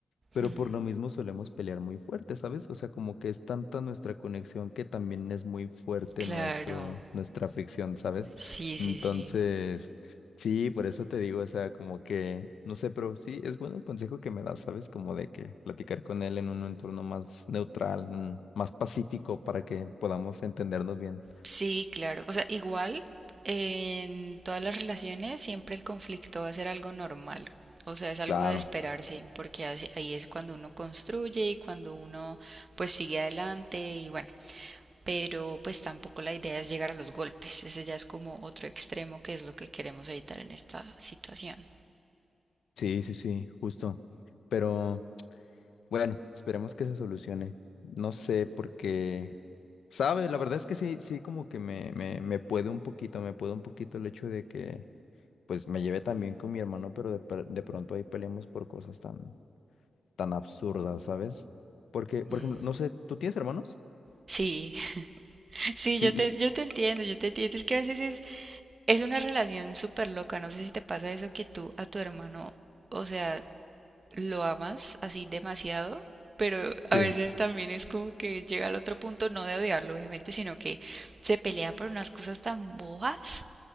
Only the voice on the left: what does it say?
pero
por lo mismo solemos pelear muy fuerte, ¿sabes? O sea, como que es tanta nuestra conexión que también es muy fuerte
nuestro, nuestra fricción, ¿sabes?
Entonces,
sí, por eso te digo, o sea, como que, no sé, pero sí, es bueno el consejo que me das, ¿sabes? Como de que platicar con él en un entorno más neutral, mm, más pacífico, para que podamos entendernos bien.
Claro,
sí, sí, sí, justo. Pero... Bueno, esperemos que se solucione. No sé, porque, sabe, la verdad es que sí, sí, como que me, me, me puede un poquito, me puede un poquito el hecho de que, pues, me lleve también con mi hermano, pero de, pr- de pronto ahí peleamos por cosas tan, tan absurdas, ¿sabes? Porque, por
ejemplo, no sé, ¿tú tienes hermanos?
Y,
y-
sí,